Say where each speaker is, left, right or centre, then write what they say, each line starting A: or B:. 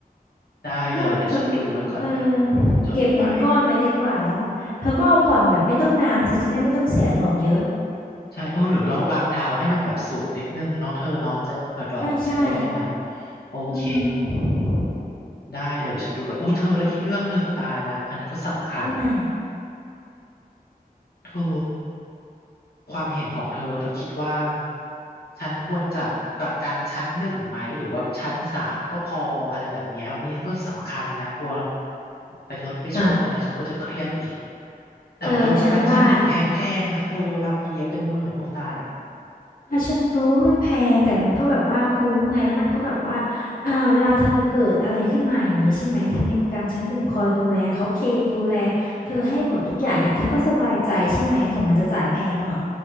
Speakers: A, on the left; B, on the left.
A: ได้เลยเดี๋ยวฉันดูไว้ก่อนนะอืมจดไว้
B: งั้นถ้าเธอเออเก็บเงินก้อนไว้ดีกว่าแล้วเธอก็เอาผ่อนแบบไม่ต้องนานสิจะได้ไม่ต้องเสียดอกเยอะ
A: ใช่โอ้หรือเราวางดาวให้มันแบบสูงนิดนึงเนาะเธอเนาะจะเผื่อดอกมันจะได้ไม่อันนั้น
B: ใช่ใช่
A: โอเค
B: อืม
A: ได้เลยเดี๋ยวฉันดูก่อนอุ้ยเธอแล้วอีกเรื่องหนึ่งตายละอันนี้ก็สำคัญ
B: อันไหน
A: เธอความเห็นของเธอเธอคิดว่าฉันควรจะประกันชั้นหนึ่งไหมหรือว่าชั้นสามก็พออะไรแบบเนี้ยอุ้ยนี่ก็สำคัญนะกลัวเป็นรถไปชนอะไรฉันก็จะเครียดอีก
B: อ่ะ
A: แต่เธอประกันชั้นหนึ่งแพงๆนะเธออาเปียเป็นหมื่นโอ้ตาย
B: เออฉันว่าอ่ะฉันรู้ว่ามันแพงแต่มันก็แบบว่าคุ้มไงแล้วมันก็แบบว่าอ่าเวลาเธอเกิดอะไรขึ้นมาอย่างนี้ใช่ไหมเธอมีประกันชั้นหนึ่งคอยดูแลเขาเคลมดูแลเธอให้หมดทุกอย่างเนี่ยเธอก็สบายใจใช่ไหมถึงมันจะจ่ายแพงหน่อย